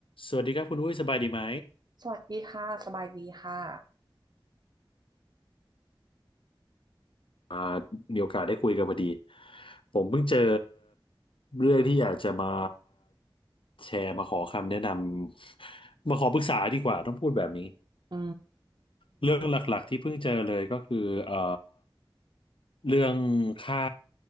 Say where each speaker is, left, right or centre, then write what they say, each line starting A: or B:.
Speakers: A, on the left (about 75°); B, on the right (about 50°).
A: สวัสดีครับคุณอุ้ยสบายดีไหม
B: สวัสดีค่ะ สบายดีค่ะ
A: อ่ามีโอกาสได้คุยกันพอดีผมเพิ่งเจอเรื่องที่อยากจะมาแชร์มาขอคำแนะนำมาขอปรึกษาดีกว่าต้องพูดแบบนี้
B: อื
A: เรื่องหลักๆที่เพิ่งเจอเลยก็คือเอ่อ
B: ม
A: เรื่องค่า